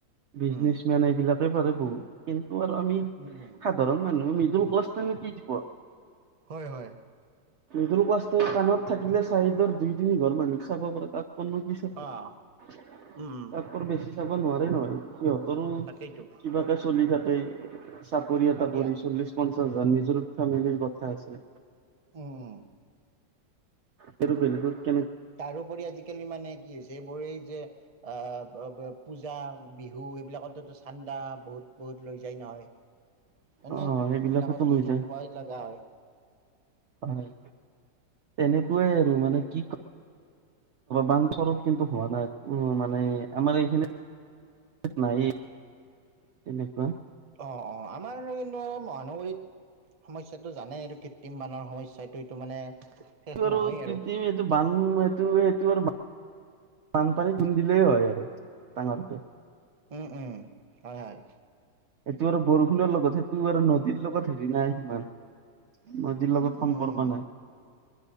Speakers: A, on the right (about 75°); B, on the right (about 35°).
A: বিজনেচ
B: উম
A: মেন এইবিলাকে পাৰিব কিন্তু আৰু আমি
B: উম উম।
A: সাধাৰণ মানুহ মিদুল ক্লাষ্টে ন কি দিব।
B: হয় হয়।
A: মিদল কাষ্ট কাণত থাকিলে চাহিদৰ দুই তিনি ঘৰ মানুহক চাব পাৰে তাত <unintelligible>
B: অঁ উম উম
A: তাৰপৰ বেছি চাব নোৱাৰে নহয়, সিহঁতৰো
B: তাকেইতো
A: কিবা কে চলি থাকে চাকৰি এটা
B: হয় দিয়া
A: কৰি চল্লিশ-পঞ্চাশ হাজাৰ নিজৰ ফেমিলিৰ কথা আছে।
B: উম।
A: বেলেগৰ
B: তাৰোপৰি আজিকালি মানে কি হৈছে, মই যে আহ পূজা, বিহু এইবিলাকতো চান্দা বহুত বহুত লৈ যায় নহয়। হয়নে
A: অ সেইবিলাকতো
B: সেইবিলাকত
A: লৈ
B: দি থাকপাই
A: যায়
B: লাগা হয়।
A: হয় তেনেকুৱাই আৰু মানে কি ক বান স্বৰূপ কিন্তু হোৱা নাই উ মানে আমাৰ এইখিনি নাই তেনেকুৱা
B: অ অ আমাৰ আৰু কিন্তু মহানগৰীত সমস্যাটো জানেই এইটো কৃত্ৰিম বানৰ সমস্যাটো এইটো মানে শেষ
A: এইটো আৰু
B: নহয়
A: কৃত্ৰিম এইটো বান এইটো এইটো আৰু বানপানী বৰষুণ দিলেই হয় আৰু ডাঙৰকে
B: উম! উম! হয় হয়
A: এইটো আৰু বৰষুণৰ লগত সেইটো আৰু নদীৰ লগত হেৰি নাই সিমান। নদীৰ লগত সম্পৰ্ক
B: উম উম
A: নাই,